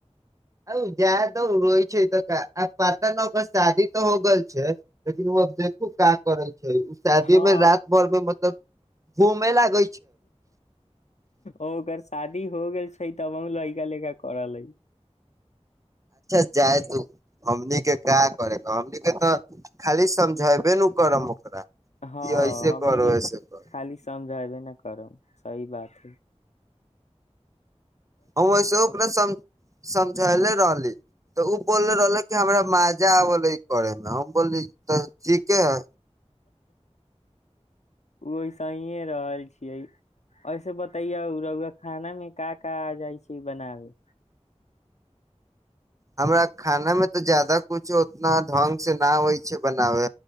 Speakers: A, on the right; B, on the left.
A: आ जाय त रोय छै तऽ आ पात न पर शादी तऽ हो गेलल छै लेकिन ओब देखू का करै छ शादीमे
B: हँ
A: रात भर मे मतलब वो म लाग
B: ओकर शादी हो गेल छै तब लड़का लड़का करल है
A: जा तू हमनीक के क्य करे हमन के तऽ खाली समझेबे न करम ओकरा
B: हँ
A: कि ऐसे
B: हमनी
A: करो
B: जे
A: ऐसे करो
B: खाली समझब ने करब सही बात हइ
A: आ वैसे ओ सम समझेले रहली तऽ ओ बोलले रहले कि हमरा मजा आबले करे मे बोली तऽ ठीीके है
B: ओहिसहिए रहल छियै ऐसे बतैया खाना मे का का आ जाइ छै बनाबे
A: हमरा खाना मे तऽ जादा कुछो उतना ढंग से न आबै छै बनाबे